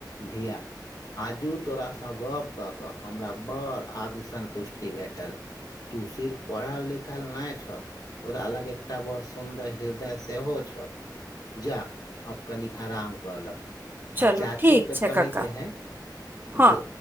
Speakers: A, on the left (about 60°); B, on the right (about 25°).
A: धिया आजू तोरासँ गप्प कऽ कऽ हमरा बड़ आत्मसन्तुष्टि भेटल तू सिर्फ पढ़ल लिखल नहि छौ तोरा लग एकटा बड़ सुंन्दर हृदय सेहो छौ जा आब कनि आराम कऽ लऽ
B: चलू
A: आ चाची
B: ठीक
A: के
B: छै
A: कहि
B: कका
A: दे हैं
B: हँ
A: जे